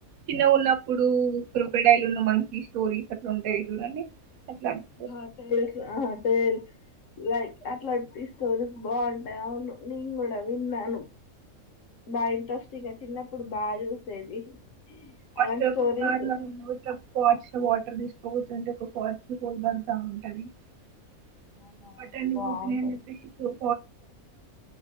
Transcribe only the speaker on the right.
చిన్న ఉన్నప్పుడు కొకడయిలు ఉన్న మనకి స్టోరీస్ అట్లా ఉంటాయి చూడండి అట్లాంటి
<inaudible>
<unintelligible> <unintelligible>
అటన్ని
పోతున్నాయి అని చెప్పేసి